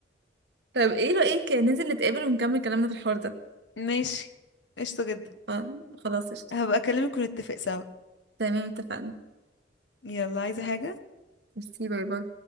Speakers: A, on the right (about 65°); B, on the left (about 80°).
A: طب ايه رأيك ننزل نتقابل ونكمل كلامنا في الحوار ده
B: ماشي قشطة جدا
A: آه، خلاص قشطة.
B: هبقى اكلمك ونتفق سوا
A: تمام اتفقنا
B: يلا عايزة حاجة
A: ميرسي باي باي